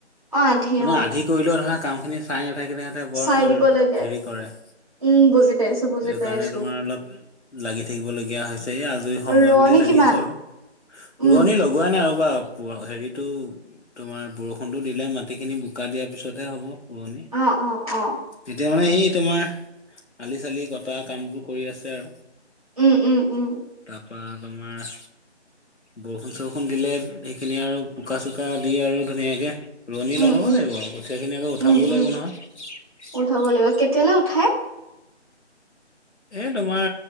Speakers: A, on the right; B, on the left.
A: অ আধি
B: মানে
A: অ
B: আধি কৰিলেও ধৰা কাম খিনি চাই সতে কিনে সিহঁতে বৰ
A: চাই দিব লাগে
B: হেৰি কৰে ন।
A: উম বুজি পাইছো। বুজি
B: সেইটো
A: পাইছো
B: কাৰণে তোমাৰ অলপ লাগি থাকিবলগীয়া হৈছে এই আজৰি সময়
A: ৰোৱনী
B: বুলি লাগিছো
A: কিমান
B: আৰু।
A: উম
B: ৰোৱনী লগোৱাাই নাই আৰু বা হেৰিতটো তোমাৰ বৰষুণতটো দিলে মাটি খিনি বোকা দিয়াৰ পিছতহে হ'ব। পুৰণি
A: অ অ অ
B: তেতিয়া মানে সেই তোমাৰ আলি চালি কটা কামবোৰ কৰি আছে আৰু ত।
A: উম উম উম
B: তাৰপা তোমাৰ? বৰষুণ চৰষুণ দিলে সেইখিনি আৰু বোকা চোকা দিয়ে আৰু ধুনীয়াকে। ৰোৱনী
A: উম
B: লগাব
A: উম
B: লাগিব আৰু কঠীয়াখিনি আকৌ উঠাবও
A: উম,
B: লাগিব
A: উম,
B: নহয়।
A: উঠাব লাগিব কেতিয়ালৈ উঠাই
B: এ তোমাৰ